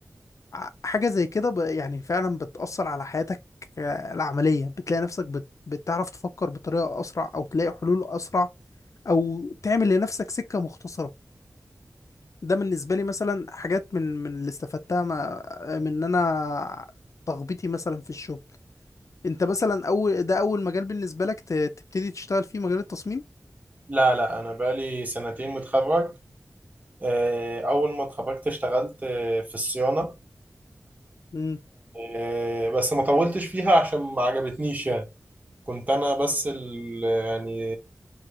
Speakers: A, on the left; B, on the right.
A: ع- حاجة زي كده ب- يعني فعلا بتأثر على حياتك آه، العملية بتلاقي نفسك بت... بتعرف تفكر بطريقة أسرع أو تلاقي حلول أسرع أو تعمل لنفسك سكة مختصرة ده بالنسبة لي مثلا حاجات من من اللي استفدتها ما... من إن أنا تخبيطي مثلا في الشغل أنت مثلا أول ده أول مجال بالنسبة لك ت... تبتدي تشتغل فيه مجال التصميم؟
B: لا لا أنا بقالي سنتين متخرج آه، أول ما اتخرجت اشتغلت آه، في الصيانة
A: امم
B: آه، بس ما طولتش فيها عشان ما عجبتنيش يعني كنت أنا بس ال يعني